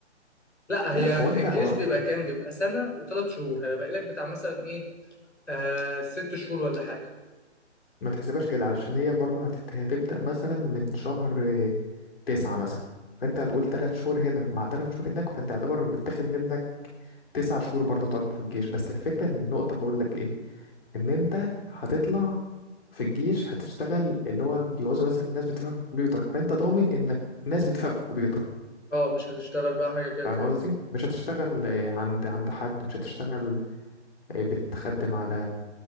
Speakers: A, on the left; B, on the left.
A: لا
B: لا
A: هي
B: هو انت
A: الجيش
B: هو
A: بيبقى كام بيبقى سنة وثلاث شهور هيبقى لك بتاع مثلا ايه آه ست شهور ولا حاجة
B: ما تحسبهاش كده علشان هي برضو هتت... هتبدأ مثلا من شهر تسعة مثلا فانت هتقول تلات شهور هنا مع تلات شهور هناك فانت يعتبر متاخد منك تسع شهور برضو تقعدهم في الجيش بس الفكرة ان النقطة بقول لك ايه ان انت هتطلع في الجيش هتشتغل اللي هو بيعوزوا مثلا ناس بتفهم في الكمبيوتر فانت ضامن انك ناس بتفهم في الكمبيوتر
A: اه مش هتشتغل بقى حاجة كده
B: فاهم
A: تاني
B: قصدي مش هتشتغل آه، عند عند حد مش هتشتغل آه، بتخدم على